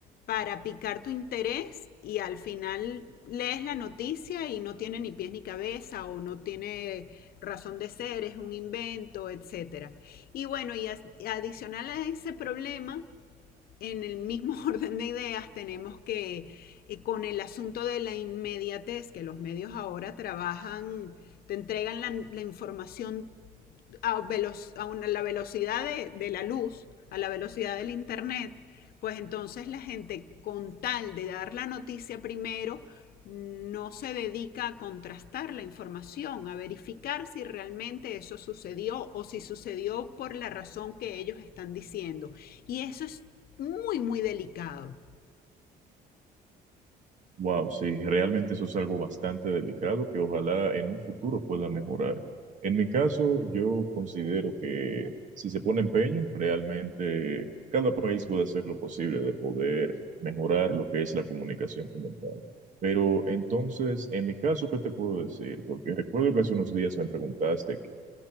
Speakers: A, on the left; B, on the right.
A: para picar tu interés y al final lees la noticia y no tiene ni pies ni cabeza o no tiene razón de ser, es un invento, etcétera. Y bueno, y adicional a ese problema en el mismo <laughs> orden de ideas tenemos que eh, con el asunto de la inmediatez que los medios ahora trabajan, te entregan la, la información a, velo a una, la velocidad de, de la luz, a la velocidad del Internet, pues entonces la gente con tal de dar la noticia primero, no se dedica a contrastar la información, a verificar si realmente eso sucedió o si sucedió por la razón que ellos están diciendo. Y eso es muy, muy delicado.
B: Wow, sí, realmente eso es algo bastante delicado que ojalá en un futuro pueda mejorar. En mi caso, yo considero que si se pone empeño, realmente cada país puede hacer lo posible de poder mejorar lo que es la comunicación como tal. Pero entonces, en mi caso, ¿qué te puedo decir? Porque recuerdo que hace unos días me preguntaste